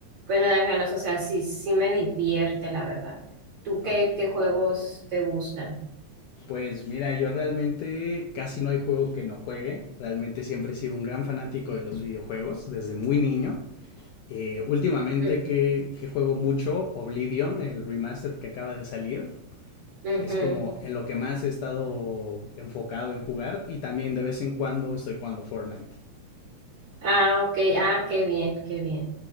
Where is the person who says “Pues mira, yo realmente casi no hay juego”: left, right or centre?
Left